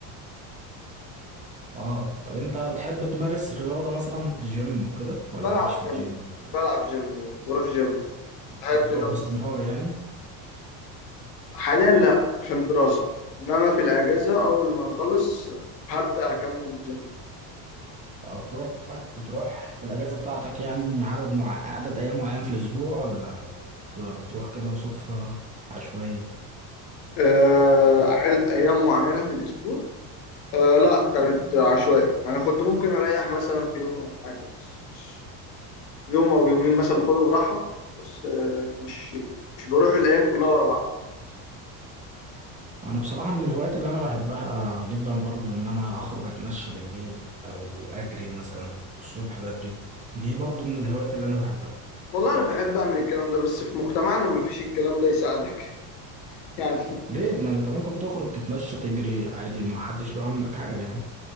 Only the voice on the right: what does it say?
اه طب انت بتحب تمارس رياضة مثلا جيم وكده ولا
مالكش في
الجيم والرياضة
بتروح
باستمرار
يعني
او بتروح بتروح في الاجازه بتاعتك يعني عدد مع... عدد ايام معين في الاسبوع ولا بت- بتروح كده صدفه عشوائي
انا بصراحه من الهوايات اللي انا بحبها جدا برضو ان انا اخرج اتمشى بالليل او اجري مثلا الصبح بدري دي برضو من الهوايات اللي انا بحبها
ليه ما انت ممكن تخرج تتمشى تجري عادي ما حدش له عنك حاجه يعني